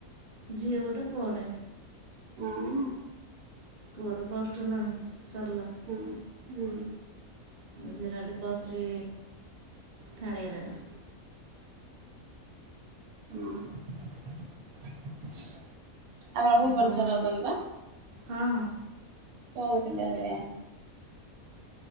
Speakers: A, on the right (about 45°); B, on the right (about 85°).
A: ଝିଅଟେ ପୁଅଟେ।
B: ହଁ।
A: ପୁଅର ପ୍ଲସଟୁ ହେଲାଣି। ସରିଲା।
B: ହୁଁ ହୁଁ।
A: ଝିଅର ଅଟି ପ୍ଲସ୍ ଥ୍ରୀ ଥାର୍ଡ ଇଅର୍ ହେଲାଣି।
B: ହଁ। ଆମର ଭୁବନେଶ୍ୱରେ
A: ଏ ତମ
B: ଅଛନ୍ତି ବା।
A: ହଁ ହଁ।
B: <unintelligible>